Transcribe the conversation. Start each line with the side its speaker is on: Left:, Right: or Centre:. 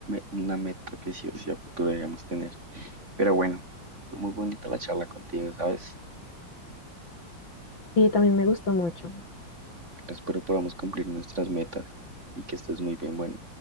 Right: una meta que sí o sí a futuro deberíamos tener. Pero bueno, fue muy bonita la charla contigo, ¿sabes?
Left: Sí, también me gustó mucho.
Right: Bueno, Espero podamos cumplir nuestras metas y que estés muy bien. bueno.